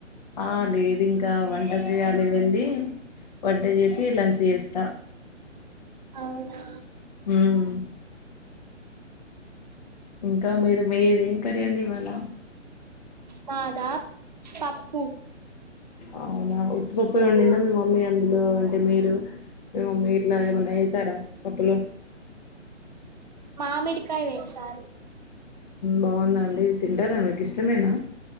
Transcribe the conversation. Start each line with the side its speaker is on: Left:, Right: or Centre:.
Left: ఆ లేదు ఇంకా వంట చేయాలి వెళ్ళి వంట చేసి లంచ్ చేస్తా
Right: అవునా
Left: మ్మ్ ఇంకా మీరు మీది కర్రీ అండి ఇవాళ
Right: మాదా పప్పు
Left: అవునా ఉప్పుప్పు ఉండిందా మీ మమ్మీ అందులో అంటే మీరు మీ మమ్మీ ఇట్లా ఏమన్నా వేసారా పప్పులో
Right: మామిడికాయ వేసారూ
Left: బాగుందా అండి తింటారా మీకు ఇష్టమేనా